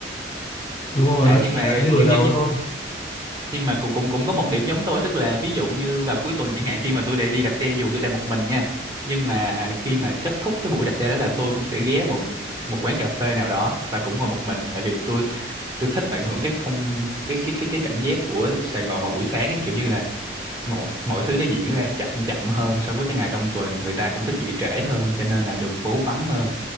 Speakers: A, on the left; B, on the right.
A: đúng rồi
B: à
A: nó chỉ
B: nhưng mà
A: là cái mở
B: nhưng
A: đầu
B: nhưng nhưng
A: thôi
B: nhưng mà cũng cũng cũng có một điểm giống tôi tức là ví dụ như vào cuối tuần chẳng hạn khi mà tôi đi đi đạp xe dù tôi đạp một mình nha nhưng mà khi mà kết thúc cái buổi đạp xe đó là tôi cũng sẽ ghé vào một quán cà phê nào đó và cũng ngồi một mình tại vì tôi tôi thích tận hưởng cái không cái cái cái cái cảm giác của Sài Gòn vào buổi sáng ấy, kiểu như là mọi mọi thứ nó diễn ra chậm chậm hơn so với cái ngày trong tuần người ta cũng thức dậy trễ hơn cho nên là đường phố vắng hơn